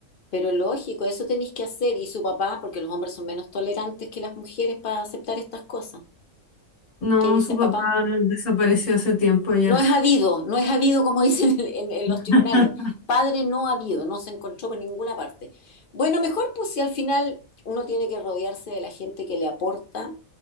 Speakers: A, on the left; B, on the left.
A: Pero lógico, eso tenéis que hacer y su papá, porque los hombres son menos tolerantes que las mujeres para aceptar estas cosas.
B: No,
A: ¿Qué dice
B: su papá
A: papá?
B: desapareció hace tiempo ya.
A: No es habido, no es habido como <laughs> dicen en, en en los tribunales.
B: <laughs>
A: Padre no ha habido, no se encontró por ninguna parte. Bueno, mejor pues si al final uno tiene que rodearse de la gente que le aporta